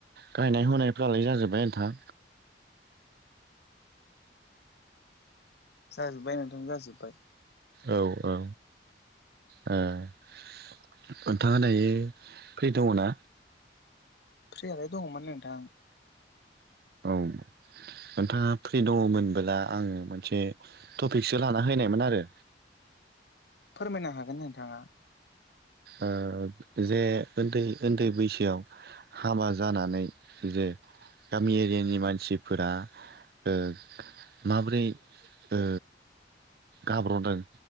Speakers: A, on the right (about 55°); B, on the left (about 65°).
A: गायनाय फुयफ्रालाय जाजोब्बाय नोंथां?
B: जाजोबबाय नोंथां जाजोब्बाय।
A: औ औ। नोंथाङा दायो फ्रि दङ ना?
B: फ्रियालाय दङमोन नोंथां।
A: औ नोंथाङा फ्रि दङमोनबोला आङो मोनसे टपिकसो लाना फायनायमोन आरो
B: फोरमायनो हागोन नोंथाङा।
A: ओ जे ओन्दै ओन्दै बैसोआव हाबा जानानै जे गामि एरियानि मानसिफोरा ओ माबोरै ओ गाब्र'दों